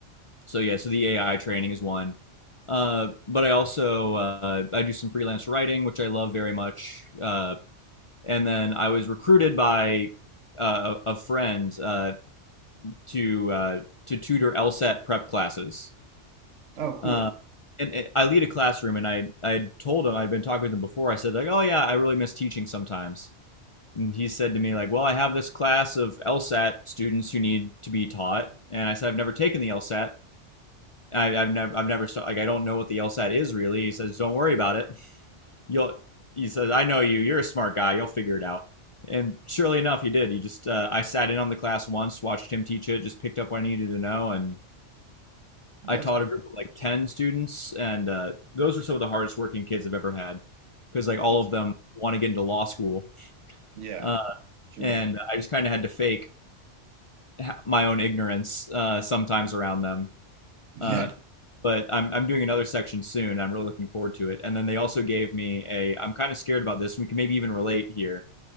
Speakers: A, on the left; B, on the right.
A: so yeah, so the AI training is one, uh, but I also uh, I do some freelance writing, which I love very much. Uh, and then I was recruited by uh, a a friend uh, to uh, to tutor LSAT prep classes.
B: Oh, cool.
A: Uh, and it- I lead a classroom, and I I told him I'd been talking with him before. I said like, oh yeah, I really miss teaching sometimes. and he said to me like, "Well, I have this class of LSAT students who need to be taught," and I said, "I've never taken the LSAT. I, I've never, I've never, stu- like, I don't know what the LSAT is really." He says, "Don't worry about it. You'll," he says, "I know you. You're a smart guy. You'll figure it out." And surely enough, he did. He just, uh, I sat in on the class once, watched him teach it, just picked up what I needed to know, and
B: That's
A: I taught
B: cool.
A: a group of like ten students, and uh, those were some of the hardest working kids I've ever had, because like all
B: That's
A: of
B: it.
A: them want to get into law school,
B: Yeah,
A: uh,
B: sure.
A: and
B: <laughs>
A: I just kind of had to fake <laughs> my own ignorance uh, sometimes around them.
B: Yeah.
A: Uh, but I'm I'm doing another section soon. I'm really looking forward to it. And then they also gave me a. I'm kind of scared about this. We can maybe even relate here.